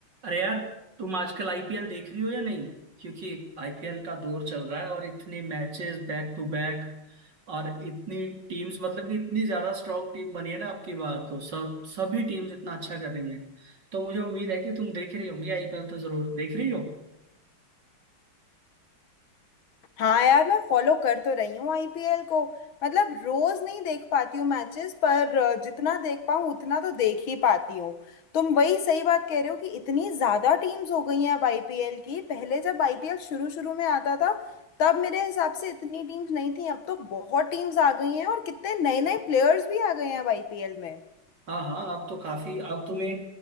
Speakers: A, on the right; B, on the left.
A: अरे यार तुम आजकल आईपीएल देख रही हो या नहीं क्योंकि आईपीएल का दौर चल रहा है और इतने मैचेस बैक टू बैक और इतनी टीम्स मतलब कि इतनी ज्यादा स्ट्रांग टीम बनी है ना आपकी बार तो सब सभी टीम्स इतना अच्छा कर रही हैं तो मुझे उम्मीद है कि तुम देख रही होंगी आईपीएल तो जरूर देख रही हो
B: हाँ यार मैं फॉलो कर तो रही हूँ आईपीएल को मतलब रोज नहीं देख पाती हूँ मैचेस पर अ, जितना देख पाऊँ उतना तो देख ही पाती हूँ तुम वही सही बात कह रहे हो कि इतनी ज्यादा टीम्स हो गई हैं अब आईपीएल की पहले जब आईपीएल शुरू शुरू में आता था तब मेरे हिसाब से इतनी टीम्स नहीं थी अब तो बहुत टीम्स आ गई हैं और कितने नए नए प्लेयर्स भी आ गए हैं अब आईपीएल में
A: हाँ हाँ अब तो काफी अब तुम्हें